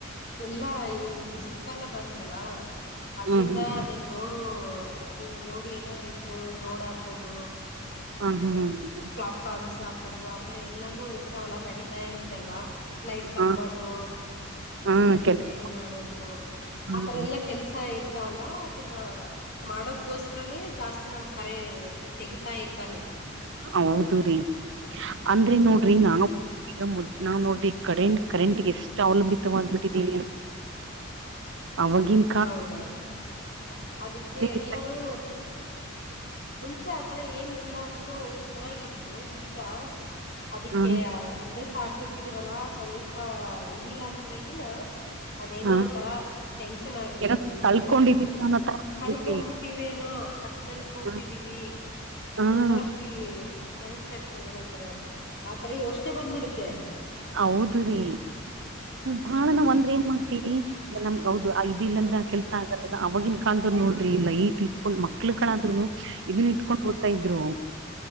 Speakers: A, on the left (about 55°); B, on the right (about 65°).
A: ಎಲ್ಲಾ ಈ ಬಿಸಿಲು ಕಾಲ ಬಂತ ಲಾ ಅದ್ರಿಂದ
B: ಹ್ಮ್ ಹ್ಮ್
A: ಅದೇಗ ರೋಡು ರೋಡ್ ಏನಾದರೂ ಇದ್ರು ರೋಡ್ ಹಾಕೋದು
B: ಹಾ ಹೂಂ ಹುಂ
A: ಪ್ಲಾಟ್ಫಾರ್ಮ್ಸ್ ಹಾಕೋದು ಆತರ ಎಲ್ಲಾನು ಇರ್ತಾವಲ್ಲಾ ನಡೀತಾ ಇರುತ್ತೆ ಅಲ್ವಾ ಲೈಟ್ ಕಂಬದು
B: ಹ ಹಾ
A: ಎಲ್ಲಾ ರಿಪೇರಿ
B: ಕೆಲ್ಸ
A: ಮಾಡೋದು
B: ಹ್ಮ್
A: ಆತರ ಎಲ್ಲಾ ಕೆಲ್ಸಾ ಇರ್ತಾವಲ್ಲಾ ಅದನ್ನ ಮಾಡೋದಗೋಸ್ಕರನೇ ಜಾಸ್ತಿ ನಮ್ ಕರೆ ತೆಗಿತಾ ಇರ್ತಾನೆ
B: ಹೌದು ರೀ ಅಂದ್ರೆ
A: ಹ್ಮ್
B: ನೋಡ್ರಿ ನಾನು ಈಗ ಮುದ್ ನಾ ನೋಡ್ರಿ ಕರೆಂಟ್ ಕರೆಂಟ್ಗೆ ಎಷ್ಟು ಅವಲಂಬಿತವಾಗಬಿಟ್ಟಿದೀವಿ ಅ ಅವಾಗಿನ
A: ಹೌದೌದು ಅದಕ್ಕೆ ಎಲ್ಲರೂ
B: ಇತ್ತ
A: ಮುಂಚೆ ಆ ಈ ತರಾ ಏನಿಲ್ಲಾ ಅಂದ್ರನು ಚೆನ್ನಾಗಿತ್ ಓ ಈಗ ಅದಕ್ಕೆ
B: ಹಾ
A: ಅಭ್ಯಾಸ ಆಗ್ಬಿಟ್ಟಿದೀವಲ್ಲಾ. ಸ್ವಲ್ಪ ಇಲ್ಲಾ ಅಂದ್ರೆಗಿನ ಅದೇನೋ
B: ಹಾ
A: ಒಂಥರಾ ಚೆನ್ನಾಗ್ಬಿಡು
B: ಏನೋ
A: ಎನ್
B: ಕಳ್ಕೊಂಡಿದ್ದಿತ್ತು
A: <unintelligible>
B: ಅನ್ನೋ ತರ
A: ಕಳ್ಕೊಬಿಟ್ಟಿವೇನೋ
B: ಇರುತ್ತೆ.
A: ಕತ್ತಲಲ್ಲಿ ಕೂತಿದೀವಿ.
B: ಹಾ
A: ಅನ್ನೋ
B: ಹಾ
A: ತರ ಫೀ ಮೈಂಡ್ ಸೆಟ್ ಏನಂತಾರೆ ಆತರ ಯೋಚ್ನೆ ಬಂದ್ಬಿಡುತ್ತೆ
B: ಹೌದ್ರೀ ಬಹಳ ನಾವ ಅಂದ್ರೆ ಏನ್ ಮಾಡ್ತೀವಿ ನಮ ಹೌದು ಇದ್
A: ಹ್ಮ್
B: ಇಲ್ಲಂದ್ರೆ ಕೆಲ್ ಆಗಲ್ಲ ಅವವಾಗಿಗನ್ ಕಾಲ್ದರು ನೋಡ್ರಿ ಇ ಲೈಟ್ ಇಟ್ಕೊಂಡ್ ಮಕ್ಳ ಕಾದ್ರುನು ಇದನ್ ಇಟ್ಕೊಂಡು ಓತ್ತ ಇದ್ರು